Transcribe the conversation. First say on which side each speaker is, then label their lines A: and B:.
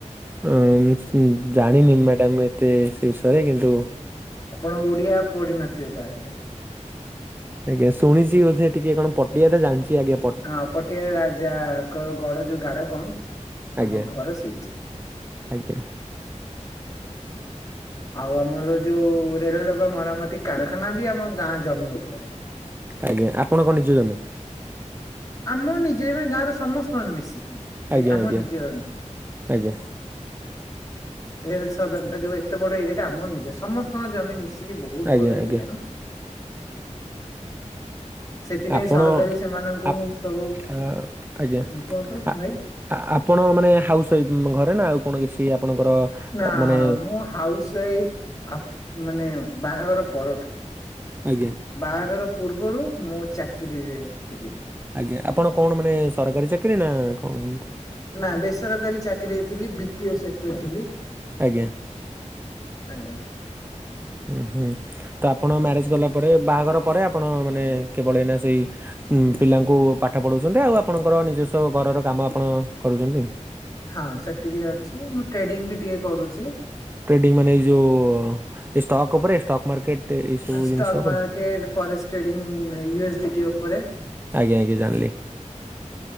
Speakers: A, on the right; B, on the left.
A: ହଁ <unintelligible> ଜାଣିନି ମ୍ୟାଡାମ ଏତେ ବିଷୟରେ କିନ୍ତୁ଼
B: ଆପଣ ଓଡ଼ିଆ ପଢ଼ିବି ନଥିବେ ତାହେଲେ।
A: ଆଜ୍ଞା ଶୁଣିଛି ବୋଧେ ଟିକେ କଣ ପଟିଆ ଟା ଜାଣିଛି ଆଜ୍ଞା।
B: ହଁ ପଟିଆ ରାଜାଙ୍କ ଗଡ଼ ଯୋଉ ଗାଡ଼ କଣ
A: ଆଜ୍ଞା।
B: ଆମ ଘର ସେଇଠି।
A: ଆଜ୍ଞା।
B: ଆଉ ଆମର ଯୋଉ ରେଳଡବା ମରାମତି କାରାଖାନା ବି ଆମ ଗାଁ ଜମି ଉପରେ।
A: ଆଜ୍ଞା ଆପଣଙ୍କ ନିଜ ଜମି?
B: ଆମ ନିଜେ ଏବେ ଗାଁରେ ସମସ୍ତ ମାନ ମିଶିଛି ଭାଇ
A: ଆଜ୍ଞା
B: ଆମ
A: ଆଜ୍ଞା
B: ନିଜର ନାହିଁ।
A: ଆଜ୍ଞା।
B: ରେଲ ସଦନ ଟା ଯୋଉ ଏତେ ବଡ଼ ଏରିଆ ଟା ଆମର ନିଜର ସମସ୍ତଙ୍କ ଜମି ମିଶିକି ବୋହୁତ
A: ଆଜ୍ଞା
B: ବଡ଼
A: ଆଜ୍ଞା
B: ଏରିଆ ନା। ସେଥିପାଇଁ
A: ଆପଣ
B: ସରକାରୀ ସେମାନଙ୍କୁ
A: ଆପ୍
B: ସବୁ
A: ଆ ଆଜ୍ଞା
B: କୁହନ୍ତୁ
A: ଆ
B: ଭାଇ
A: ଆ ଆପ୍ ପଣ ମାନେ ହାଉସ୍ୱାଇଫ୍ ଘରେ ନା ଆଉ କଣ କିଛି ଆପଣଙ୍କର?
B: ନା
A: ମାନେ
B: ମୁଁ ହାଉସ ୱାଇଫ୍ ଆଫ୍ ମାନେ ବାହାଘର ପରଠୁ।
A: ଆଜ୍ଞା।
B: ବାହାଘର ପୂର୍ବରୁ ମୁଁ ଚାକିରି ରେ ଥିଲି।
A: ଆଜ୍ଞା ଆପଣ କଣ ମାନେ ସରକାରୀ ଚାକିରି ନା କଣ କେମିତି?
B: ନା ବେସରକାରୀ ଚାକିରି ରେ ଥିଲି ବି ପି ଏ ସେକ୍ଟର ଥିଲି।
A: ଆଜ୍ଞା।
B: ଆଜ୍ଞା।
A: ଉଁ ହୁଁ ତ ଆପଣ ମ୍ୟାରେଜ କଲା ପରେ ବାହାଘର ପରେ ଆପଣ ମାନେ କେବଳ ଏଇନା ସେଇ ଉଁ ପିଲାଙ୍କୁ ପାଠ ପଢ଼ଉଛନ୍ତି ଆଉ ଆପଣଙ୍କର ନିଜସ୍ଵ ଘରର କାମ ଆପଣ କରୁଛନ୍ତି।
B: ହଁ ସେତିକିରେ ଅଛି ମୁଁ ଟ୍ରେଡିଙ୍ଗ ବି ଟିକେ କରୁଛି।
A: ଟ୍ରେଡିଂ ମାନେ ଏଇ ଯୋଉ ଏ ଷ୍ଟକ୍ ଉପରେ ଷ୍ଟକ୍ ମାର୍କେଟ? ଏଇ ସବୁ
B: ଅ ଷ୍ଟକ୍
A: ଜିନିଷ ଉପରେ
B: ମାର୍କେଟ୍ ଫରେଷ୍ଟ୍ ଟ୍ରେଡିଂ ଉଁ ୟୁ ଏସ୍ ଡି ଟି ଉପରେ।
A: ଆଜ୍ଞ ଆଜ୍ଞା ଜାଣିଲି।